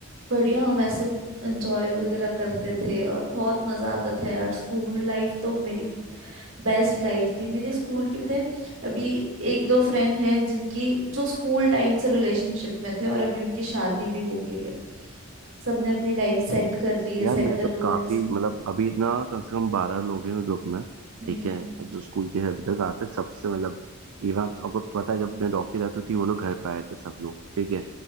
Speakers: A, on the right; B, on the right.
A: बढ़िया हम ऐसे एंजॉय वगैरह करते थे और बहुत मजा आता था यार स्कूल लाइफ तो मेरी बेस्ट लाइफ थी मेरे स्कूल के बताए अभी एक दो फ्रेंड हैं जिनकी जो स्कूल टाइम से रिलेशनशिप में थे और अभी उनकी शादी भी हो गई है सबने अपनी लाइफ सेट कर ली है
B: यार
A: सेटल
B: मेरे तो
A: हो
B: काफी
A: गए हैं सब
B: मतलब अभी इतना कम से कम बारह लोग हैं मेरे ग्रुप में
A: हम्म
B: ठीक है अब जो स्कूल के हैं अभी तक आज तक सबसे मतलब इवन आप- आपको तो पता है जब मैं डॉक्टर जाती थी वो लोग घर पे आए थे सब लोग ठीक है